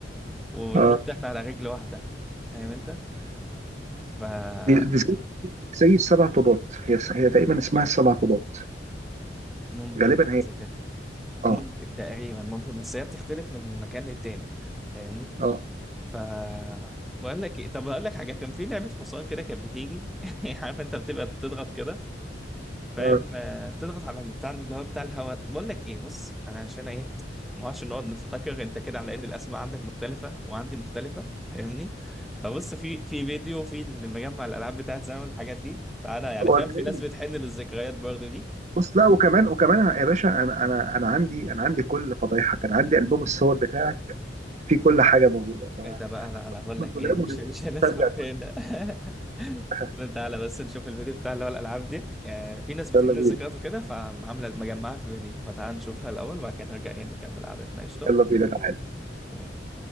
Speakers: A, in the centre; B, on the right.
A: وننط
B: اه
A: احنا على رجل واحده فاهم انت ف
B: دي, دي زي, زي السبع طوبات هي هي تقريبا اسمها السبع طوبات
A: ممكن
B: غالبا
A: حاجة
B: هي
A: زي كده ممكن
B: اه
A: تقريبا ممكن بس هي بتختلف من مكان للتاني فاهمني
B: اه
A: ف بقول لك ايه طب اقول لك حاجه كان في لعبه حصان كده كانت بتيجي <laughs> عارف انت بتبقى بتضغط كده فاهم
B: اه
A: آه، بتضغط على البتاع اللي هو بتاع الهواء بقول لك ايه بص انا عشان ايه ما اقعدش نقعد نفتكر انت كده على ان الاسماء عندك مختلفه وعندي مختلفه فاهمني فبص في في فيديو في اللي مجمع الالعاب بتاعت زمان والحاجات دي تعالى يعني
B: وأنا-
A: فاهم في ناس بتحن للذكريات برضه دي
B: بص لا وكمان وكمان يا باشا انا انا انا عندي انا عندي كل فضايحك انا عندي البوم الصور بتاعك فيه كل حاجه موجوده ف
A: ايه ده بقى لا لا بقول لك
B: الدولاب
A: ايه مش
B: ونسترجع
A: مش هندخل
B: كل
A: في هنا <laughs>
B: حاجة.
A: لا، تعالى بس نشوف الفيديو بتاع اللي هو الالعاب دي آه، في ناس بتحن
B: يلا بينا
A: الذكريات وكده فعامله مجمعها في فيديو فتعال نشوفها الاول وبعد كده نرجع ايه نكمل قعدتنا قشطه
B: يلا بينا تعالى
A: تمام